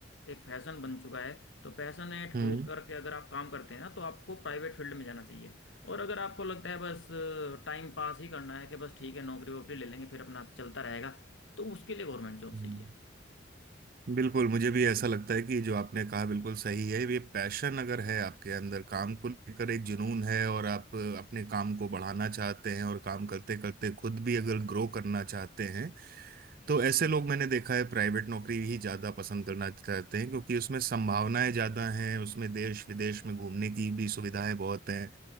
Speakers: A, on the left; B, on the right.
A: एक फैशन बन चुका है तो पैशनेट
B: हम्म
A: होकर के अगर आप काम करते हैं ना तो आपको प्राइवेट फील्ड में जाना चाहिए और अगर आपको लगता है बस टाइम पास ही करना है कि बस ठीक है नौकरी वोकरी ले लेंगे फिर अपना चलता रहेगा तो उसके लिए गवर्नमेंट जॉब
B: हम्म।
A: सही है
B: बिल्कुल मुझे भी ऐसा लगता है कि जो आपने कहा बिल्कुल सही है ये पैशन अगर है आपके अंदर काम को लेकर एक जुनून है और आप अपने काम को बढ़ाना चाहते हैं और काम करते करते खुद भी अगर ग्रो करना चाहते हैं तो ऐसे लोग मैंने देखा है प्राइवेट नौकरी ही ज़्यादा पसंद करना चाहते हैं क्योंकि उसमें संभावनाएं ज़्यादा हैं उसमें देश विदेश में घूमने की भी सुविधाएं बहुत हैं